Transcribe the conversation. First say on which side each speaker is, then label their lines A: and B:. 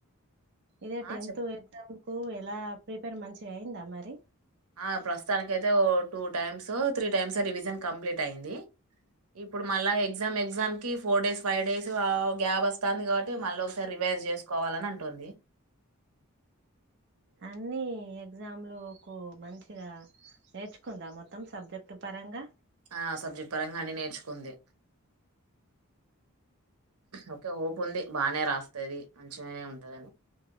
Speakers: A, on the right; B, on the right.
A: ఇదే
B: ఆ
A: టెన్త్
B: చెప్
A: ఎగ్జాముకు ఎలా ప్రిపేర్ మంచిగా అయ్యిందా మరి
B: ఆ ప్రస్తుతానికి అయితే ఓ two times three times revision complete అయ్యింది. ఇప్పుడు మళ్ళా ఎగ్జామ్ ఎగ్జామ్కి four days five days gap వస్తుంది కాబట్టి మళ్ళీ ఒకసారి రివైజ్ చేసుకోవాలని అంటుంది
A: అన్ని ఎగ్జామ్లు కూ మంచిగా నేర్చుకుందా మొత్తం సబ్జెక్ట్ పరంగా
B: ఆ సబ్జెక్ట్ పరంగా అన్ని నేర్చుకుంది అదొ ఉంది బానే రాస్తది మంచిగానే ఉంటాది